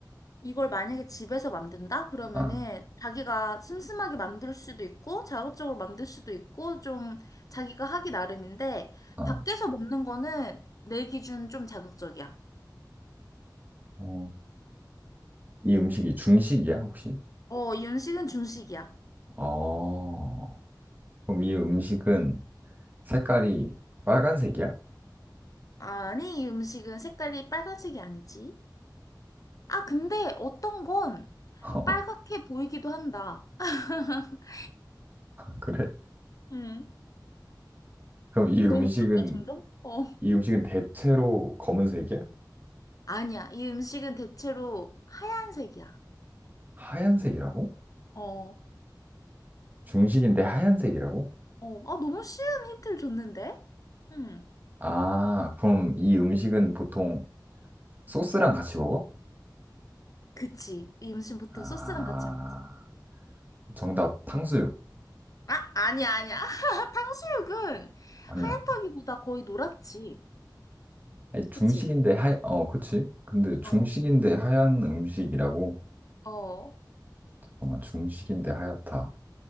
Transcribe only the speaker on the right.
아,
아,
어, 이 음식이 중식이야, 혹시?
어, 그럼 이 음식은 색깔이 빨간색이야?
<laughs>
그래?
그럼 이 음식은
이 음식은 대체로 검은색이야?
하얀색이라고?
중식인데 하얀색이라고?
아, 그럼 이 음식은 보통 소스랑 같이 먹어?
아,
정답 탕수육
아니라고.
아니, 중식인데
하얀 어, 그치? 근데 중식인데
하얀 음식이라고?
잠깐만, 중식인데 하얗다.